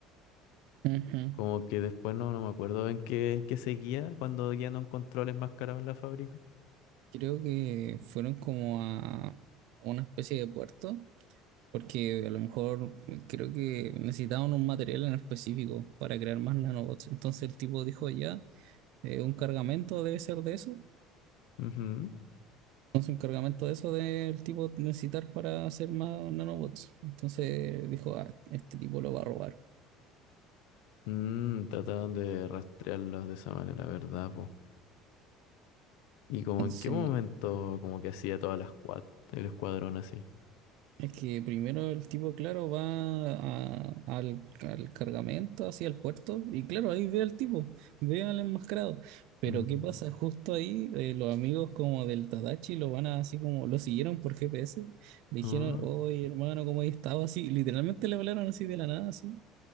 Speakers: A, on the right; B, on the left.
A: Ujú.
B: Como que después no, no me acuerdo en qué, qué seguía cuando ya no encontró al enmascarado en la fábrica.
A: Creo que fueron como a a una especie de puerto Porque a lo mejor creo que necesitaban un material en específico para crear más nanobots. Entonces el tipo dijo ya, eh, un cargamento debe ser de eso.
B: Ujú.
A: Entonces un cargamento de eso debe el tipo necesitar para hacer más nanobots. Entonces dijo, ah, este tipo lo va a robar.
B: Mm, trataron de rastrearlos de esa manera, ¿verdad, po? ¿Y como
A: Entonces
B: en qué momento
A: ma-
B: como que hacía toda la squad, el escuadrón así?
A: Es que primero el tipo, claro, va a- al, al cargamento, hacia el puerto, y claro, ahí ve al tipo, ve al enmascarado. Pero
B: Mm,
A: ¿qué pasa? Justo ahí eh, los amigos como del Tadachi lo van a así como, lo siguieron por GPS, dijeron,
B: ah,
A: oye hermano, ¿cómo has estado? Así, literalmente le hablaron así de la nada, así.